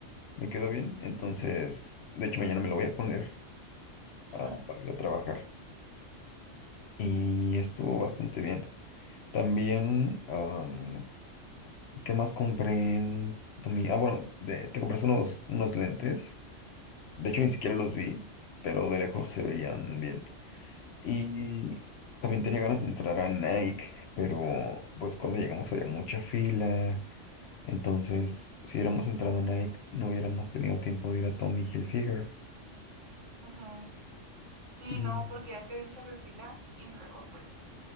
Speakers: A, on the left; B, on the right.
A: me quedó bien. Entonces, de hecho mañana me lo voy a poner
B: <laughs>
A: ah, para ir a trabajar y estuvo bastante bien. También, am, ¿qué más compré en Tomi- Ah, bueno, de- te compraste unos, unos lentes. De hecho, ni siquiera los vi, pero de lejos se veían bien. Y también tenía ganas de entrar a Nike, pero pues cuando llegamos había mucha fila. Entonces, si hubiéramos entrado a Nike, no hubiéramos tenido tiempo de ir a Tommy Hilfiger.
B: ujú. Sí,
A: Y
B: no, porque ya es que había un chorro de fila y luego pues,